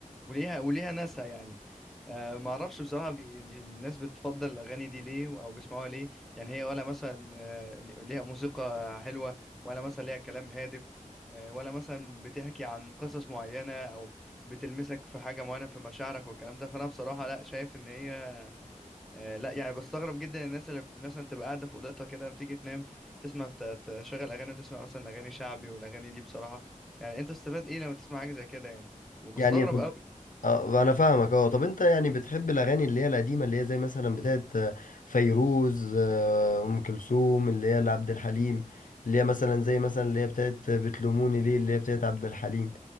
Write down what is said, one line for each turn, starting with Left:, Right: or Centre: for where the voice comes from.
Centre: وليها وليها ناسها يعني أه معرفش بصراحة بي... الناس بتفضل الأغاني دي ليه أو بيسمعوها ليه يعني هي ولا مثلا آه، ليها موسيقى حلوة ولا مثلا ليها كلام هادف أه ولا مثلا بتحكي عن قصص معينة أو بتلمسك في حاجة معينة في مشاعرك والكلام ده فأنا بصراحة لأ شايف إن هي آه لا يعني بستغرب جدا الناس اللي بت- مثلا تبقى قاعده في اوضتها كده بتيجي تنام تسمع ت- تشغل اغاني وتسمع مثلا اغاني شعبي والاغاني دي بصراحه يعني انت بتستفاد ايه لما تسمع حاجه زي كده يعني وبستغرب
Left: يعني طب
Centre: قوي
Left: اه انا فاهمك اه طب انت يعني بتحب الاغاني اللي هي القديمه اللي هي زي مثلا بتاعت آه، فيروز آه، ام كلثوم اللي هي لعبد الحليم اللي هي مثلا زي مثلا اللي هي بتاعت بتلوموني ليه اللي هي بتاعت عبد الحليم